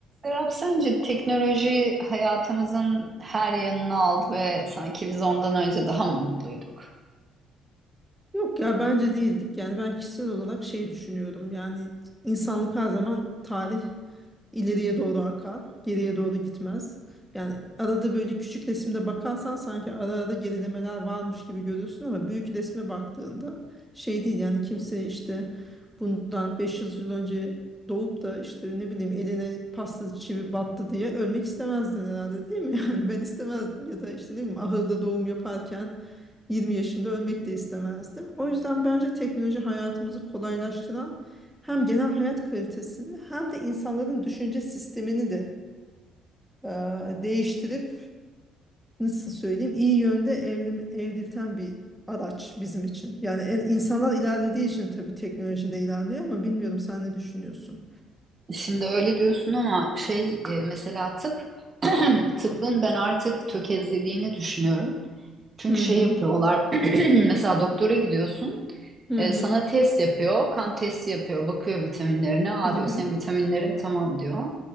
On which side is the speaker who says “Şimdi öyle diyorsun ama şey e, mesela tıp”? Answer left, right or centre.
Right